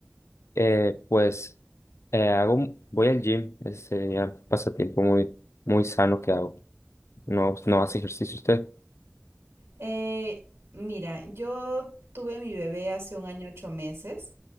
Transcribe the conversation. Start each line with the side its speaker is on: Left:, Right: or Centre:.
Left: Eh, pues eh, hago, un- voy al gym, ese ya pasatiempo muy, muy sano que hago. No, no hace ejercicio usted.
Right: Eh, mira, yo tuve mi bebé hace un año ocho meses